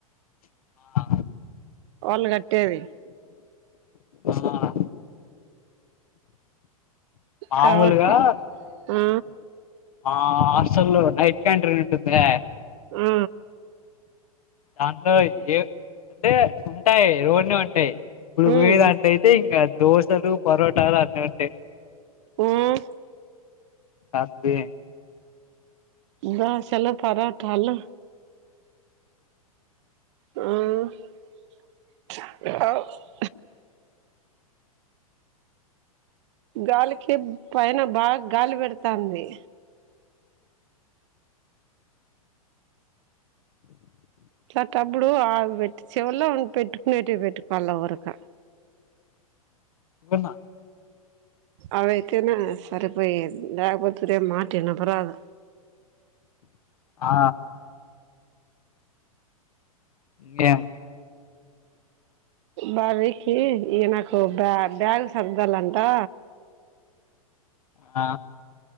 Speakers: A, on the left; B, on the right.
A: ఆ,
B: వాళ్ళు కట్టేది.
A: ఆ, మాముూల్
B: కాబట్టి
A: గా.
B: ఆ
A: ఆ హాస్టల్లో నైట్ క్యాంట్రీన్ ఉందే.
B: ఉ
A: దాంట్లో ఏ అంటే ఉంటాయి రో అన్ని ఉంటాయి. ఇప్పుడు
B: ఉమ్
A: పోయే దాంట్లోయితే. అంటే ఇంకా దోశలు, పరోటాలు అన్నీ ఉంటాయి.
B: ఉమ్
A: రాత్రి.
B: దోశలు, పరాటాలు. అ గాలికి పైన బాగా, గాలి పెడతాంది. ఇలాంటప్పుడు ఆ చెవిలో పెట్టుకునేటి పెట్టుకో. పళ్ళ వరకా
A: ఉన్నా.
B: అవైతేనే సరిపోయేది లేకపోతే నా మాట ఇనపరాదు.
A: ఆ గే
B: బడికి ఈయనకు బ్యాగ్ సర్దాలంటా.
A: ఆ